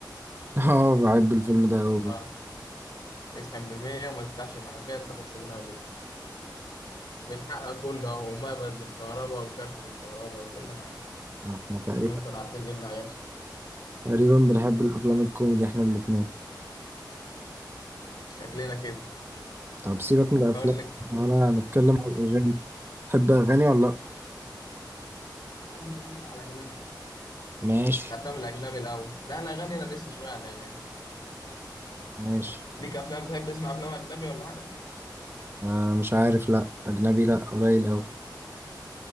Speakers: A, on the right; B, on the left.
A: اه بحب الفيلم ده أوي برضه
B: اه اشحن بمية وما تفتحش الحنفية تاخد صابونة هدية بيتحقق كله اهو والمية بقت بالكهرباء والكارت بالكهرباء وكل حاجة
A: احنا تقريبا
B: كأنهم كانوا عارفين ايه اللي هيحصل
A: تقريبا بنحب الأفلام الكوميدي احنا الاتنين
B: شكلنا كده
A: طب سيبك من الأفلام
B: بقول لك
A: ولا هنتكلم عن الأغاني تحب أغاني ولا لأ؟
B: اسالك شويه كده على الاجنبي كده
A: ماشي
B: الافلام الاجنبي الاول لا الاغاني انا لسه شويه على الاغاني
A: ماشي
B: ليك افلام بتحب تسمع افلام اجنبي ولا حاجه
A: آه مش عارف لأ أجنبي لأ قليل أوي